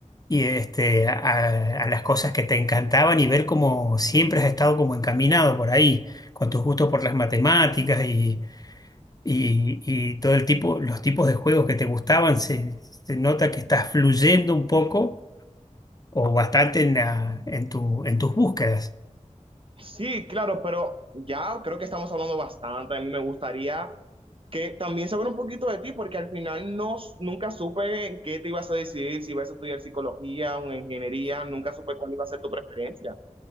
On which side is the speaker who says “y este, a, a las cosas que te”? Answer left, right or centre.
Left